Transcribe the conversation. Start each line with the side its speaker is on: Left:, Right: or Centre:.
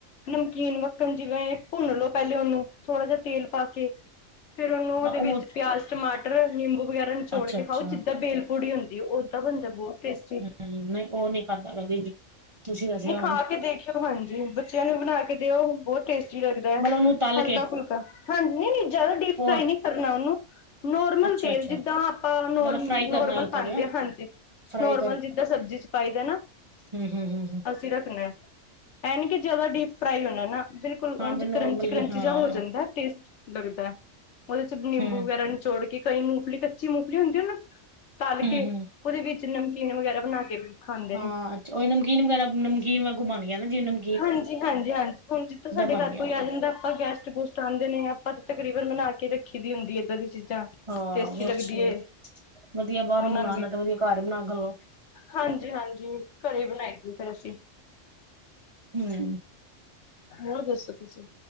Left: ਨਮਕੀਨ ਮੱਖਣ ਜਿਵੇਂ ਭੁੰਨ ਲੋ ਪੈਲੇ ਓਨੂੰ, ਥੋੜਾ ਜਿਆ ਤੇਲ ਪਾਕੇ ਫੇਰ ਉਨੂੰ
Right: ਨਾ
Left: ਓਦੇ
Right: ਉਹ
Left: ਵਿੱਚ ਪੇਆਜ, ਟਮਾਟਰ, ਨਿੰਬੂ ਵਗੈਰਾ ਨਚੋੜ
Right: ਅੱਛਾ
Left: ਕੇ
Right: ਅੱਛਾ
Left: ਪਾਓ ਜਿੱਦਾਂ ਬੇਲ ਪੂੜੀ ਹੁੰਦੀ ਏ, ਓਦਾੱ ਬਨਦਾ ਏ ਬੋਤ ਟੇਸਟੀ।
Right: ਹਂ, ਮੇਂ ਕੋ ਨੀਂ ਖਾਦਾ, ਕਦੀ ਵੀ। ਤੁਸੀਂ ਦੱਸਿਆ
Left: ਨਈਂ ਖਾ
Right: ਹੁਣ
Left: ਕੇ ਦੇਖੇਓ ਹਾਂਜੀ, ਬੱਚਿਆਂ ਨੂੰ ਬਨਾ ਕੇ ਦੇਓ ਬੋਤ ਟੇਸਟੀ ਟੀ ਲਗਦਾ ਏ,
Right: ਮਤਲਬ ਉਹਨੂੰ ਤਲ
Left: ਹਲਕਾ-ਫੁਲਕਾ,
Right: ਕੇ
Left: <unintelligible> ਜਾਦਾ ਡੀਪ
Right: ਪੋਹਾ
Left: ਫਰਾਈ ਨੀਂ ਕਰਨਾ ਏਨੂੰ ਨੋਰਮਲ
Right: ਅੱਛਾ
Left: ਤੇਲ
Right: ਅੱਛਾ
Left: ਜਿੱਦਾਂ ਆਪਾਂ ਨੋਰ
Right: ਮਤਲਬ
Left: ਨੋਰਮਲ
Right: ਫਰਾਈ ਕਰਨਾ ਹਲਕਾ
Left: ਪਾਂਦੇ।
Right: ਜਿਹਾ
Left: ਹਾਂਜੀ।
Right: ਫਰਾਈ
Left: ਨੋਰਮਲ ਜਿੱਦਾਂ ਸਬਜੀ ਚ ਪਾਈਦਾ ਨਾਂ।
Right: ਹਂ, ਹਂ, ਹਂ, ਹਂ।
Left: ਅਸੀ ਰੱਖਨੈ, ਐ ਨੀਂ ਕਿ ਜਾਦਾ ਡੀਪ ਫਰਾਈ ਹੋਨੈ, ਨਾਂ ਬਿਲਕੁਲ
Right: ਹਾਂ
Left: ਓਂਜ
Right: ਬ ਨੋਰਮਲੀ
Left: ਕਰੰਚੀ-ਕਰੰਚੀ
Right: ਹਾਂ
Left: ਜਿਆ ਹੋ ਜਣ ਬੋਹਤ ਟੇਸਟ ਲੱਗਦੈ। ਓਦੇ ਚ ਨਿੰਬੂ
Right: ਹੂੰ
Left: ਵਗੈਰਾ ਨਚੋੜ ਕੇ ਕਿ ਕਈ ਮੂੰਫਲੀ ਕੱਚੀ ਮੂੰਫਲੀ ਹੁੰਦੀ ਏ ਨਾਂ, ਤਲ
Right: ਹੂੰ
Left: ਕੇ
Right: ਹੂੰ
Left: ਉਦੇ ਵਿੱਚ ਨਮਕੀਨ ਵਗੈਰਾ ਬਨਾਂ ਕੇ ਖਾਂਦੇ
Right: ਹਾਂ
Left: ਨੇ
Right: ਅੱਛਾ ਓ ਈ ਨਮਕੀਨ ਵਗੈਰਾ, ਨਮਕੀਨ ਵਾਂਗੂ ਬਨ ਗਿਆ ਨਾਂ ਜਿਵੇਂ ਨਮ
Left: ਹਾਂਜੀ, ਹਾਂਜੀ, ਹਾਂਜੀ ਹੁਨ ਜਿੱਥੇ ਸਾਡੇ
Right: ਬਣ
Left: ਘਾਰ
Right: ਗਿਆ
Left: ਕੋਈ ਆ ਜਾਂਦੈ, ਆਪਾਂ ਗੈਸਟ-ਗੁਸਟ ਚਾਂਦੇ ਨੇ ਆਪਾਂ ਤਕਰੀਬਨ ਬਨਾਂ ਕੇ ਰੱਖੀ ਦੀ ਹੁੰਦੀ ਏ ਏਦਾਂ ਦੀ ਚੀਜਾਂ,
Right: ਹਾਂ
Left: ਟੇਸਟੀ ਲਗਦੀ
Right: ਅੱਛਾ
Left: ਏ।
Right: ਵਧੀਆ ਬਾਰੋਂ
Left: ਉਹਨਾਂ
Right: ਮੰਗਾਂਨ
Left: ਨੂੰ ਵੀ
Right: ਨਾਲੋਂ ਵਦੀਐ ਘਾਰ ਬਨਾਓ ਖਲੋ।
Left: ਹਾਂਜੀ, ਹਾਂਜੀ ਘਰੇ ਬਨਾਈ ਦੀ ਏ ਫੇਰ ਅਸੀ।
Right: ਹਂ।
Left: ਹੋਰ ਦੱਸੋ ਤੂਸੀ,